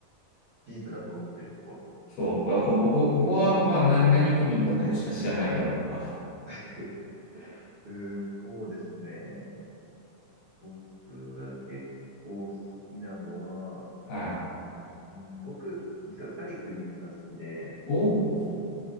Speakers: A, on the right; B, on the left.
A: ディープだと思ってるところ。
B: そう、ここここは、
A: うん。
B: まあ、何々区民の僕しか知らないだろうとか。
A: はい。<laughs> うーん、そうですね。僕が結構好きなのは、
B: はい。
A: うん、僕、実はサイクリングが好きで、
B: おう。